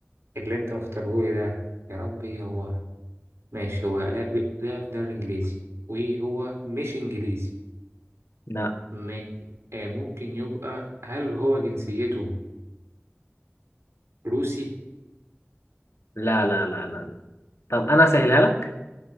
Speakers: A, on the right; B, on the left.
A: اللي أنت مختارهولي ده يا ربي هو ماشي هو لعب لعب في الدوري الإنجليزي وهو مش إنجليزي
B: لا
A: ماشي آه ممكن يبقى هل هو جنسيته روسي؟
B: لا لا لا لا لا طب أنا أسهلها لك؟